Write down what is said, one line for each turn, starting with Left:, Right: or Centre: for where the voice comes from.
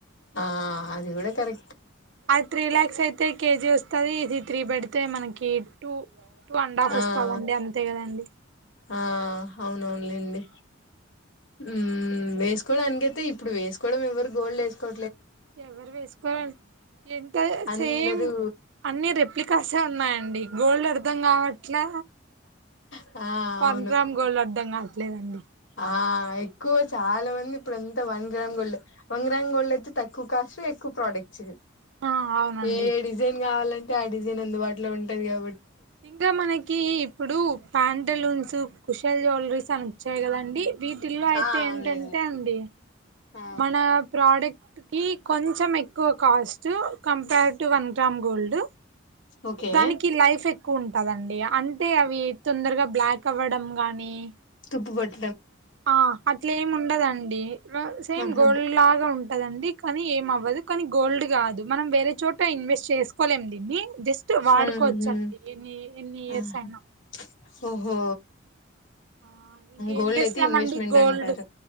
Left: ఆ అదిగుడ కర్
Right: అది త్రీ లాక్స్ ఐతే కేజీ వస్తాది ఇది త్రీ పెడితే మనకి టూ టూ అండ్ హాఫ్
Left: ఆఆ,
Right: వస్తదండి అంతే కదండి
Left: ఆఆ అవున్ అవున్లేండి. హు
Right: అట్లండి
Left: వేస్ కోడానికెతే ఇ ఇప్పుడు వేసుకోవడం ఎవరు గోల్డ్ ఎస్కొ
Right: ఎవరు వేస్కొరన్ ఎంత
Left: అందరూ
Right: సేమ్, అన్ని రెప్లికాసే ఉన్నాయండి గోల్డ్ అర్థం కావ ట్లా
Left: ఆ
Right: వన్
Left: అవును
Right: గ్రామ్ గోల్ అద్దంగా లేదండి.
Left: ఆ ఎక్కువ చాలా మంది ఇప్పురంతా వన్ గ్రామ్ గోల్డే, వన్ గ్రామ్ గోల్డ్ అయితే తక్కువ కాస్ట్ ఎక్కువ ప్రోడక్ట్స్
Right: ఆ అవునండి
Left: ఏ డిజైన్ కావాలన్ తే ఆ డిజైన్ అందుబాటులో ఉంటది కాబ
Right: ఇంగా మనకి ఇప్పుడు ప్యాంటులున్స్ కుశల్ జుల్రీస్ అనొచ్చయ్ కదండి. వీటిల్లో అయితే
Left: ఆ అవునులేండి
Right: ఏంటంటే అండి.
Left: ఆ
Right: మన ప్రోడక్ట్ కి కొంచెం ఎక్కువ cost to compare to one gram gold
Left: okay
Right: దానికి లైఫ్ ఎక్కువ ఉంటదండి అంటే అవి తొందరగా బ్లాక్ అవ్వడం గాని మ్మ్
Left: తుప్పు బట్టి
Right: ఆ అట్లేమ్ ఉండదండి మ్ సేమ్
Left: ఆహా
Right: గోల్డ్ లాగా ఉంట్ ఉంటదండి కానీ ఏమ అవ్వదు కానీ గోల్డ్ కాదు మనం వేరే చోట ఇన్వెస్ట్ చేసుకోలేం దీన్ని జస్ట్ వాడుకోవచ్చండి
Left: అవును
Right: ఎన్ని ఎన్ని ఇయర్స్
Left: ఆహా
Right: అయినా
Left: ఓహో
Right: ఆ ఇంకేం
Left: గోల్డ్
Right: చేస్తామండి
Left: అయితే ఇన్వెస్ట్మెంట్
Right: గోల్డ్
Left: అంటారు